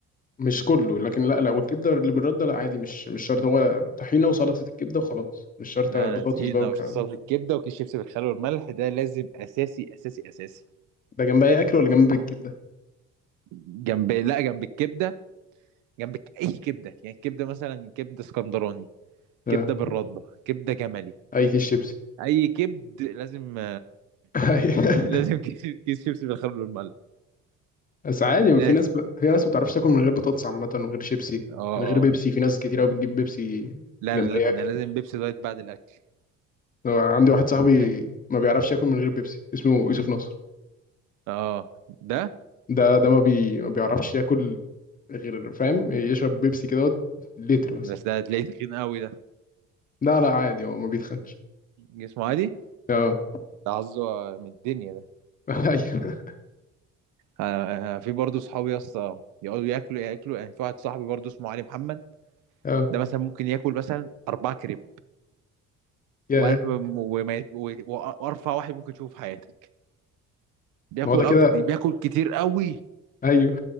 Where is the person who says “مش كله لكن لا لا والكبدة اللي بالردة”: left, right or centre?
Left